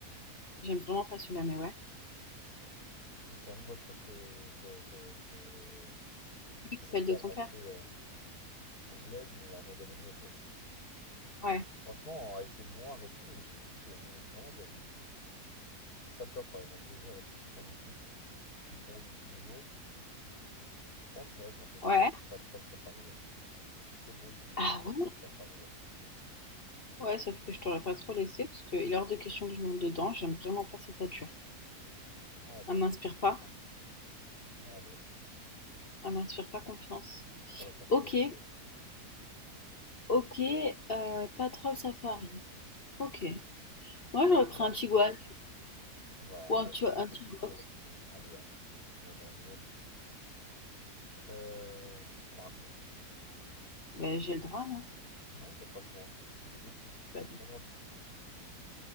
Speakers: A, on the left; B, on the left.
A: j'aime vraiment pas celui-là, mais ouais.
B: Donc c'est la même voiture que, que, que, que,
A: Oui,
B: que mon
A: celle
B: père
A: de ton
B: a acheté
A: père.
B: euh, au Bled, mais en mode elle est mieux quoi.
A: Ouais.
B: Franchement, elle était noire et tout, j'ai kiffé, hein, Elle est vraiment belle. hein. Et ça, tu vois, pareil, dans le désert et tout, c'est magnifique. Même pour rouler tous les jours. Je pense, ouais, je m'achèterai
A: Ouais.
B: un petit Patrol Safari, ouais. Très beau Nissan
A: Ah
B: Patrol
A: ouais?
B: Safari, ouais.
A: Ouais, sauf que je t'aurais pas trop laissé parce qu'il est hors de question que je monte dedans. J'aime vraiment pas cette voiture.
B: Allez,
A: Elle m'inspire pas.
B: allez,
A: Elle m'inspire pas confiance.
B: ça va t'inspirer
A: Ok.
B: du bled.
A: Ok. euh, Patrol Safari. Ok. Moi,
B: Maintenant,
A: j'aurais pris un Tiguan.
B: ouais,
A: Ou un
B: ok.
A: tu un petit rock.
B: Allez, allez, c'est bon, on va dormir. Euh, qu'est-ce que tu me racontes?
A: ben j'ai le droit, non?
B: Non, t'as pas le droit. C'est des bêtises.
A: ben
B: T'as
A: oui.
B: pas le droit de faire des bêtises.